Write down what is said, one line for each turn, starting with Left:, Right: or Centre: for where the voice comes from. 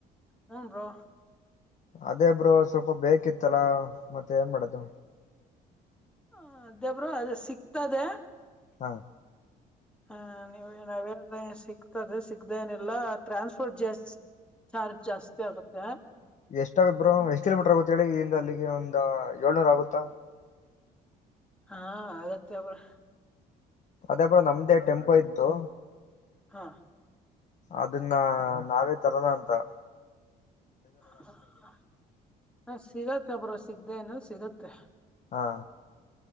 Centre: ಹ್ಮ್ ಬ್ರೋ.
Left: ಅದೇ ಬ್ರೋ ಸ್ವಲ್ಪ ಬೇಕಿತ್ತಲ್ಲಾ ಮತ್ತೆ ಏನ್ ಮಾಡೋದು.
Centre: ಹ ದೇಬ್ರು ಅದು ಸಿಕ್ತದೆ.
Left: ಹಾ
Centre: ಹ ನಿಮ್ಗ ಏನ್ ಅವೆನ್ ಸಿಗ್ತದೆ ಸಿಗ್ದೆ ಏನಿಲ್ಲ ಟ್ರಾನ್ಸ್ಪೋರ್ಟ್ ಜಾರ್ಜ ಚಾರ್ಜ್ ಜಾಸ್ತಿ ಆಗುತ್ತೆ.
Left: ಎಷ್ಟ ಆಗತ್ ಬ್ರೋ ಎಷ್ಟ್ ಕಿಲೋಮೀಟರ್ ಆಗುತ್ತೆ ಹೇಳಿ ಇಲ್ಲಿಂದ ಅಲ್ಲಿಗೆ ಒಂದ ಏಳ್ನೂರ ಆಗುತ್ತಾ?
Centre: ಹಾ ಆಗತ್ತೆ ಬ್ರೋ.
Left: ಅದೇ ಬ್ರೋ ನಮ್ದೇ ಟೆಂಪೋ ಇತ್ತು.
Centre: ಹಾ
Left: ಅದನ್ನ ನಾವೇ ತರೋದ ಅಂತಾ.
Centre: ಹ ಹ ಹಾ ಸಿಗತ್ತೆ ಬ್ರೋ ಸಿಗ್ದೇ ಏನ ಇಲ್ಲ ಸಿಗತ್ತೆ.
Left: ಹಾ